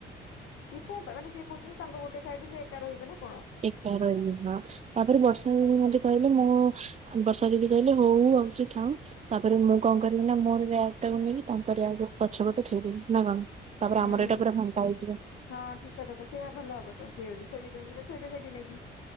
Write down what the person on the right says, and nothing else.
ଏକା ରହିବି ହଁ। ତାପରେ ବର୍ଷା ଦିଦି ମତେ କହିଲେ ମୁଁ ବର୍ଷା ଦିଦି କହିଲେ ହଉ ଆଉ ସେ ଖାଉ। ତାପରେ ମୁଁ କଣ କଲିନା ମୋ ରିୟାକ ଟାକୁ ନେଇକି ତାଙ୍କର ରିୟାକ ପଛ ପଟେ ଥୋଇଦେବି ନା କଣ। ତାପରେ
ଆମର
ଏଇଟା ପୁରା ଫାଙ୍କା ହେଇଯିବ।